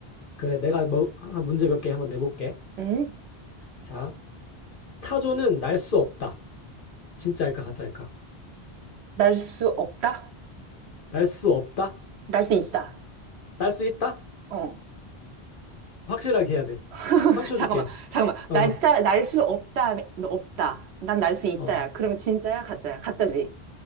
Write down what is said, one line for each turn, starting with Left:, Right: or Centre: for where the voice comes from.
Left: 그래, 내가 뭐, 아, 문제 몇 개 한번 내볼게.
Right: 응?
Left: 자, 타조는 날 수 없다. 진짜일까 가짜일까?
Right: 날 수 없다?
Left: 날 수 없다?
Right: 날 수 있다.
Left: 날 수 있다?
Right: 어.
Left: 확실하게 해야 돼.
Right: <laughs>
Left: 3초
Right: 잠깐만,
Left: 줄게.
Right: 잠깐만.
Left: 어,
Right: 날짜, 날 수 없다, 너 없다. 난 날 수 있다야.
Left: 어.
Right: 그러면 진짜야? 가짜야? 가짜지?